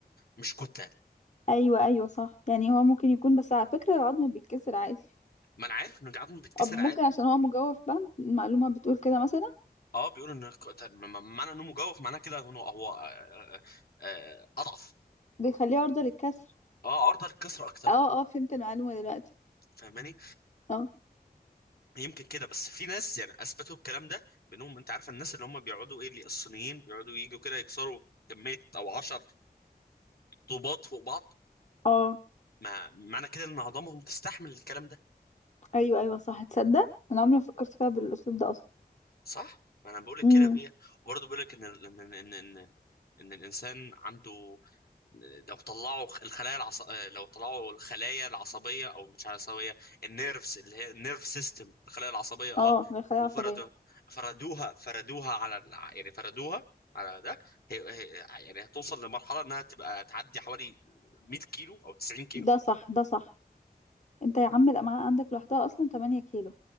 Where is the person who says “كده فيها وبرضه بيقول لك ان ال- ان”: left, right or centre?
Left